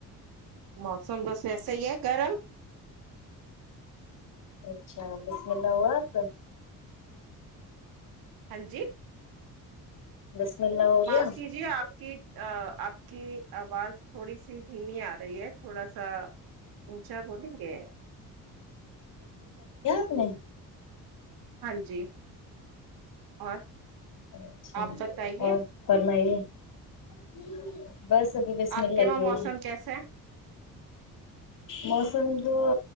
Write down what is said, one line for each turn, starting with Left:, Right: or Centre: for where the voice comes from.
Right: موسم بس ویسا ہی ہے گرم
Left: اچھا تو ل وہ آ تو
Right: ہاں جی
Left: بسم اللہ ہو گیا
Right: معاف کیجیے آپ کی آپ کی آواز تھوڑی سی دھیمی آ رہی ہے تھوڑا سا اونچا بولیں گے
Left: نہیں
Right: ہاں جی اور
Left: اچھا
Right: آپ بتائیے
Left: اور فرمائیے ج بس ابھی بس
Right: آپ
Left: م
Right: کے
Left: لگے
Right: وہاں موسم کیسا ہے
Left: موسم تو